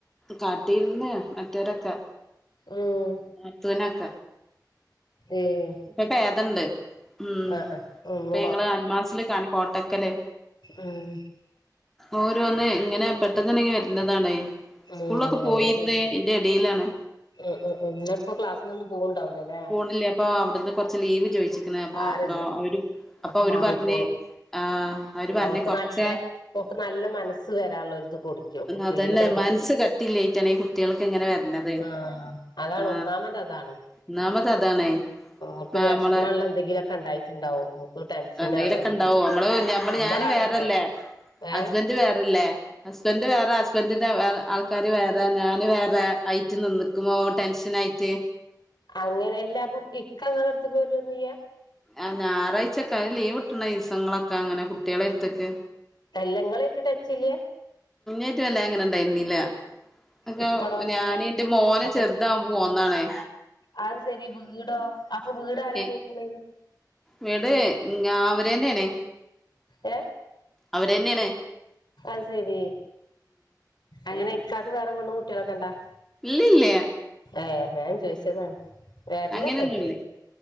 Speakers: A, in the centre; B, on the left.
A: കാട്ടിരുന്ന് മറ്റരൊക്കെ
B: ഉം
A: ആ തുനക്ക
B: ഏഹ്
A: ഇപ്പൊ പേദണ്ട് ഉം
B: ആഹ് ആഹ് ഒന്നും
A: ഇപ്പ ഞങ്ങള് അൽമാസൽ കാണ കോട്ടക്കല്
B: ആഹ
A: ഓര ഒന്ന് ഇങ്ങനെ പെട്ടെന്നണ്ടെങ്കി വരണ്ടതാണേ
B: ഉം
A: സ്കൂളൊക്കെ പോയിരുന്ന
B: എന്താ ചെയ്യ
A: എറെ ഇടയിലാണ്
B: ഉം ഉം ഉം ഇന്നിപ്പൊ ക്ലാസ്സിനൊന്നും പോവ്ണ്ടാവൂലല്ലേ
A: ഫകൂണില്ലേ അപ്പൊ അവിടുന്ന് കൊറച്ച് ലീവ് ചോയിിച്ചിിക്കുന്ന അപ്പൊോ
B: സാരല്ല
A: അവര് അപ്പൊ
B: ഒക്കെ
A: അവര്
B: മാറിക്കോളും
A: പറഞ്ഞഞ് ആഹ അവര് പറഞ്ഞ
B: ഓൾക്ക്
A: കൊറച്ച
B: നല്ല ഓക്ക് നല്ല മനസ്സ് വരാനുള്ള ഒരിത് കൊടുക്കും ഓക്ക് ഫ്രീഡം
A: അതന്നെ
B: കൊടുക്കും
A: മനസ്സ് കട്ടില്ലായിട്ടാണ് കുട്ടികൾക്ക് ഇങ്ങനെ വരണത്
B: ആഹ് അതാണ്
A: ആ
B: ഒന്നാമത് അതാണ്
A: എന്ന നമ്മത്തെ അതാണേ
B: ഓക്ക്
A: ആ
B: വിഷമള്ള
A: നമ്മളെ
B: എന്തെങ്കിലുമൊക്കെ ഉണ്ടായിട്ടുണ്ടാവും ഓക്ക് ടെൻഷന്
A: എന്തെങ്കിലൊക്കെ
B: അങ്ങനെ
A: ഇണ്ടാവോ
B: എന്തെങ്കിലും
A: നമ്മള് നഞമ്മള്
B: നമ്മളറിയില്ലല്ലോ
A: ഞാന്ും വേറെല്ലേ
B: ഏഹ്
A: ഹസ്ബന്ഡറ് വേറെല്ലേ ഹസ്ബൻഡറ് വേറെ ഹസ്ബന്ഡ ഇതേ ആൾക്കാാര് വേറെ ഞൻ വേറെ ആയിട്ട് നിന്നക്കുമോ ടെൻഷൻ ആയിട്ട്
B: അങ്ങനെ എല്ലാ അപ്പൊ ഇക്ക അങ്ങ എടുത്ത് പോരന്ന്യ
A: ആ ഞായറാഴ്ചൊക്കെ ലീവ് ഇട്ടണ ദിവസങ്ങളൊക്കെ അങ്ങനെ കുട്ടികളെ അടുത്തേക്ക്
B: കല്ലങ്ങളായിട്ട് ടച്ചില്ല
A: ട്ട വല്ല എങ്ങനെ ഇണ്ടായിരുന്നീില്ല അങ്ങ
B: ഇപ്പളോ
A: ഞാന് എന്റെ മോനെ
B: അപ്പൊ
A: ചെറുതാവകുമ്പോ പോന്നാണേ
B: അത് ശെരി വീടോ അപ്പൊ വീട ആാര
A: ഏ
B: കേക്കണ
A: വീട് ഞ അവര്ന്നെയണേ
B: ഏ
A: അവര്ന്നെയണ
B: അത് ശരി അങ്ങനെ ഇക്കാലക്ക് വേറെ വെണ്ണും കുട്ടികളൊക്കെ കണ്ടാ
A: ഇല്ലല്ലേ
B: ഏ ാൻ ചോയിിച്ചതാണ് വേറെല്ല
A: അങ്ങനെയൊന്നുല്ല
B: കല്